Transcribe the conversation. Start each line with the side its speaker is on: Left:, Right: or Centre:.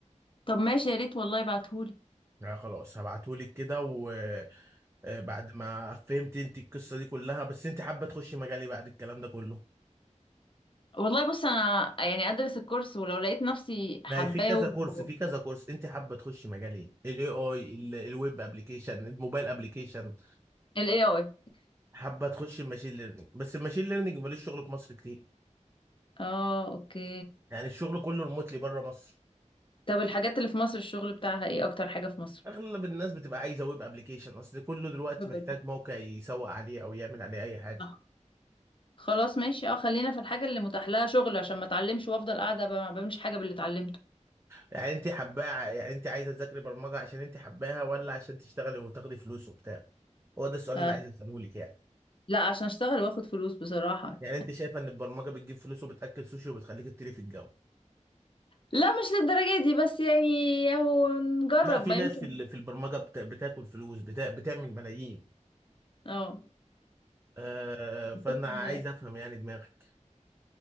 Left: طب ماشي يا ريت والله ابعتهولي
Right: يعني خلاص هبعتهولك كده و آه، بعد ما فهمت انت القصه دي كلها بس انت حابه تخشي مجال ايه بعد الكلام ده كله
Left: والله بص انا يعني ادرس الكورس ولو لقيت نفسي حباه
Right: ما هي في كذا
Left: و...
Right: كورس في كذا كورس انت حابه تخشي مجال ايه الاي اي الويب ابلكيشن الموبايل ابلكيشن
Left: ال AI
Right: حابه تخشي الماشين ليرنينج بس الماشين ليرنينج ملوش شغل في مصر كتير
Left: اه اوكي
Right: يعني الشغل كله ريموتلي بره مصر
Left: طب الحاجات اللي في مصر الشغل بتاعها ايه اكتر حاجة في مصر
Right: اغلب الناس بتبقى عايزه ويب ابلكيشن اصل كله دلوقتي
Left: ويب.
Right: محتاج موقع يسوق عليه او يعمل عليه اي حاجه
Left: صح. خلاص ماشي اه خلينا في الحاجة اللي متاح لها شغل عشان ما اتعلمش وافضل قاعدة ب- ما بعملش حاجة باللي اتعلمته
Right: يعني انت حباه يعني انت عايزه تذاكري برمجه عشان انت حباها ولا عشان تشتغلي وتاخدي فلوس وبتاع هو ده السؤال
Left: آه.
Right: اللي عايز اساله لك يعني
Left: لا عشان اشتغل واخد فلوس بصراحة
Right: يعني انت شايفه ان البرمجه بتجيب فلوس وبتاكل سوشي وبتخليك تطيري في الجو
Left: لا مش للدرجة دي بس يعني اهو نجرب
Right: لا في
Left: ما
Right: ناس
Left: يمكن
Right: في ال- في البرمجه بت- بتاكل فلوس بتا بتعمل ملايين
Left: اه
Right: آه فانا
Left: كل-
Right: عايز افهم يعني دماغك